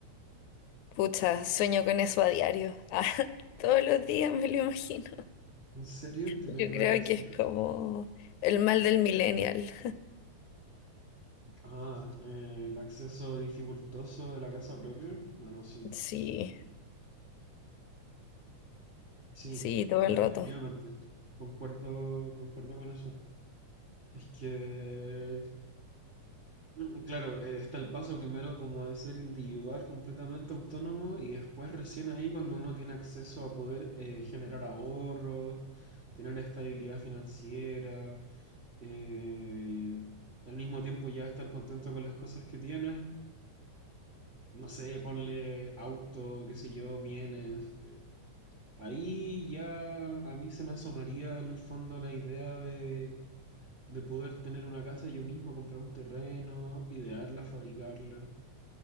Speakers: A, on the left; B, on the right.
A: Pucha, sueño con eso a diario. <laughs> Ah, todos los días me lo imagino.
B: ¿En serio? ¿Tener
A: Yo
B: una
A: creo
B: casita?
A: que es como el mal del millennial.
B: Ah, eh, el acceso dificultoso de la casa propia. Bueno, sí,
A: Sí,
B: sí,
A: sí, todo
B: definitivamente.
A: el rato.
B: Concuerdo, concuerdo con eso. Es que, mm, claro, eh, está el paso primero como de ser individual, completamente autónomo, y después recién ahí cuando uno tiene acceso a poder eh, generar ahorros, tener estabilidad financiera, eh, y al mismo tiempo ya estar contento con las cosas que tienes. no sé, ponle auto, qué sé yo, bienes. eh, ahí ya a mí se me asomaría en el fondo la idea de, de poder tener una casa yo mismo, comprar un terreno, idearla, fabricarla.